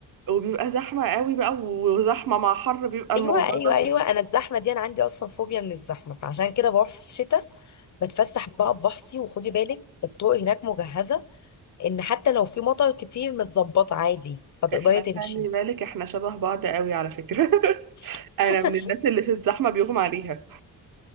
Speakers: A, on the right; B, on the left.
A: وبيبقى زحمة قوي بقى وزحمة مع حر بيبقى الموضوع
B: ايوه ايوه
A: بشع
B: ايوه انا الزحمه دي انا عندي اصلا فوبيا من الزحمه فعشان كده بروح في الشتاء بتفسح بقى ببحثي وخدي بالك الطرق هناك مجهزه ان حتى لو في مطر كتير متظبطه عادي فتقدري
A: احنا
B: تمشي
A: خلي بالك احنا شبه بعض قوي على فكرة <laughs>
B: <laughs>
A: أنا من الناس اللي في الزحمة بيغمى عليها